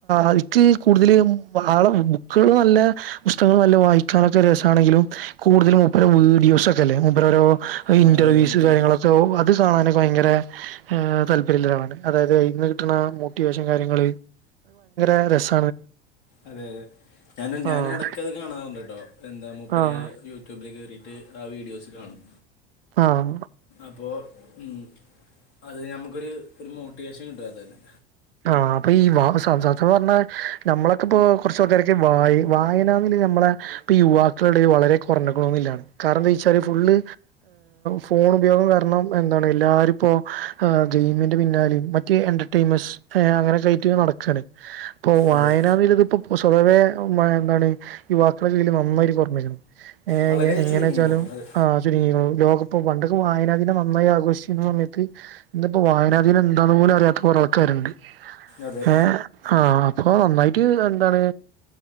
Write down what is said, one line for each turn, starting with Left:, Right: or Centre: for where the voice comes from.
Right: അക്ക് കൂടുതൽ ബുക്ക നല്ല പുസ്തക നല്ല വായിക്കാനൊക്കെ ആണെങ്കിലും കൂടുതുംരോ വീഡിയോസ് ഒക്കെല്ലേരോ
Left: ആഹ്
Right: ഇന്റർവ്യസ്
Left: അതെ അതെ മൂപ്പര്
Right: കാര്യങ്ങളൊക്കെ അത് കാണാന ഭയര താല്പര്യാണ് അതായത് ഇന്ന് കിട്ടുന്ന മോട്ടിവേഷൻ കാര്യങ്ങ അ രസം
Left: അതെ അതെ ഞാനും ഞാന്
Right: ആഹ്.
Left: ഇടക്ക് അത് കാണാറുണ്ട് കേട്ടോ എന്താ മൂപ്പരെ
Right: ആഹ്.
Left: യൂട്യൂബിൽ കയറിയിട്ട് ആ വീഡിയോസ് കാണും
Right: ആഹ
Left: അപ്പോൊ ഉ അത് നഞമുക്കൊരു മോട്ടിവേഷൻ കിട്ടവാത്ത തന്നെ
Right: ആ അപ്പൊ ഈ വ പറഞ്ഞാ നമ്മള ഇപ്പോൊ കുറച്ചക്കാരൊക്കെ വ വായനന്നില്ല നമ്മളെ ഇപ്പ യുവാക്കളുടെ വളരെ കുറഞ്ഞളൊന്നും ഇാണ് കാരണം എന്താ ചച്ചാല് ഫുള്് ഫോൺ ഉപയോഗം കാരണം എന്താണ് എല്ലാരും ഇപ്പോ മിന്റെ പിന്നാലും മറ്റ എന്റർൈമസ് അങ്ങനെ കയറ്റി നടക്കയാണ് ഇപ്പൊ വായനാതിൽ
Left: അതെ
Right: ഇതിപ്പോൊ സ്വതവേ എന്താണ് യുവാക്കളുടെ ജീൽ നന്നായിട്ട് ർമ്മിക്കണം
Left: വളരെ
Right: എങ്ങനെ
Left: ചുരുങ്ങിക്കുണു
Right: വെച്ചാലും
Left: അത്
Right: ആ ചുരു ലോക ഇപ്പൊ പണ്ടൊക്കെ വായനാധീം നന്നായി ആഘോഷിക്കുന്ന സമയത്ത് ഇിപ്പോ വായനാധീനം എന്താണ പോലും അറിയാത്ത പോല ആൾക്കാരുണ്ട്
Left: അതെ
Right: ഏ ആഹ അപ്പൊ നന്നായിട്ട് എന്താണ്